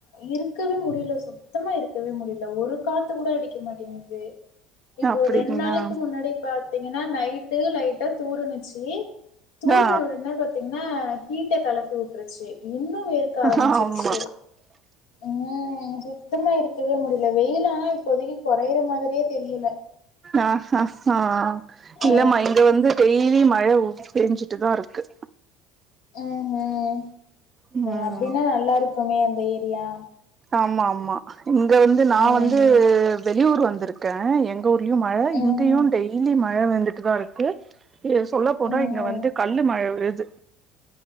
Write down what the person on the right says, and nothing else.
அப்டிங்களா
ஆ
ஆ ஆமா
ஆ ஹா ஹா
இல்லமா இங்க வந்து டெய்லி மழ ஊத்தி பெஞ்சுட்டு தா இருக்கு
ம்
ஆமா ஆமா இங்க வந்து நா
வந்து வெளியூர் வந்திருக் கே எங்க ஊர்லயு மழ இங்கேயு
டெய்லி மழ வந்துட்டு தா இருக்கு சொல்ல போனா
இங்க வந்து கல்லு மழ விழுது